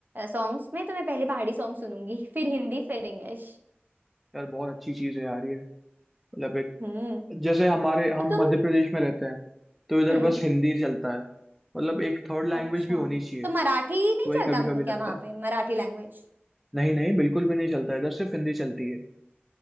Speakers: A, on the right; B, in the centre.
A: सॉन्ग्स में तो मैं पहले पहाड़ी सॉन्ग सुनूंगी फिर हिंदी फिर इंग्लिश
B: यार बहुत अच्छी चीज है यार ये मतलब एक
A: हम्म
B: जैसे हमारे हम
A: तो तुम
B: मध्य प्रदेश में रहते हैं तो इधर
A: हम्म
B: बस हिंदी चलता है मतलब एक थर्ड लैंग्वेज
A: अच्छा
B: भी होनी चाहिए
A: तो मराठी
B: तो
A: नहीं
B: वही
A: चलता
B: कभी
A: म-
B: कभी लगता
A: क्या वहाँ
B: है
A: पे मराठी लैंग्वेज
B: नहीं नहीं बिल्कुल भी नहीं चलता इधर सिर्फ हिंदी चलती है